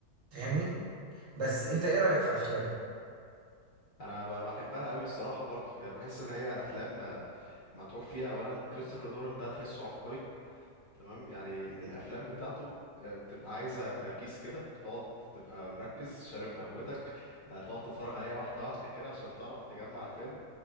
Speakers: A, on the right; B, on the left.
A: فاهمني بس
B: مم.
A: انت ايه رايك في افلامه
B: انا ب- بحبها قوي الصراحه برضو يعني بحس ان هي افلام آه، متعوب فيها اولا كريستوفر نولان ده تحسه عبقري تمام يعني ال- الافلام بتاعته آه، بتبقى عايزه تركيز كده تقعد تبقى مركز شارب قهوتك آه، تقعد تتفرج عليها واحده واحده كده عشان تعرف تجمع الفيلم